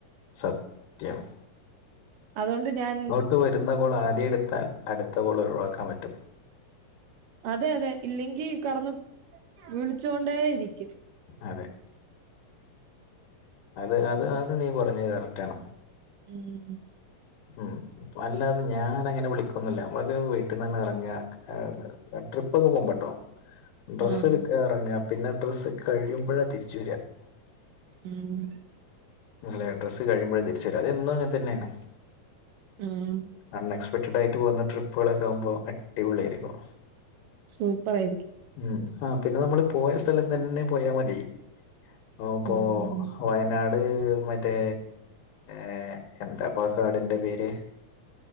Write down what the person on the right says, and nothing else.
അതൊണ്ട് ഞാൻ
അതെ അതെ ഇല്ലെങ്കി കടന്ന്, വിളിച്ചൊണ്ടേ ഇരിക്കും.
<unintelligible>
ആഹ്
<unintelligible>
ആഹേം
സൂപ്പറായിരിക്കും
ഉം